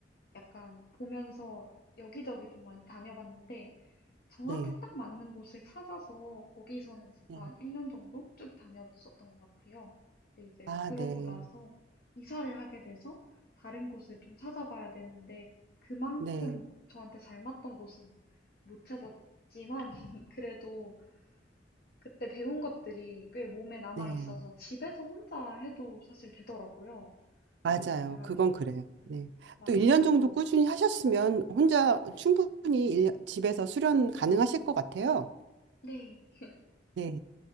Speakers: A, on the left (about 55°); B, on the right (about 65°).
A: 약간 보면서 여기저기 좀 많이 다녀봤는데 저한테
B: 네,
A: 딱 맞는 곳을 찾아서 거기서는 진짜
B: 네.
A: 한 1년 정도 쭉 다녔었던 것 같아요. 근데 이제
B: 아,
A: 그러고
B: 네,
A: 나서 이사를 하게 돼서 다른 곳을 좀 찾아봐야 되는데 그만큼
B: 네,
A: 저한테 잘 맞던 곳은 못 찾았지만 <laughs> 그래도 그때 배운 것들이 꽤 몸에 남아
B: 네.
A: 있어서 집에서 혼자 해도 사실 되더라고요.
B: 맞아요.
A: 그래가지고,
B: 그건 그래요. 네.
A: 음, 맞아요.
B: 또 1년 정도 꾸준히 하셨으면 혼자 충분히 일년 집에서 수련 가능하실 것 같아요.
A: 네. <laughs>
B: 네.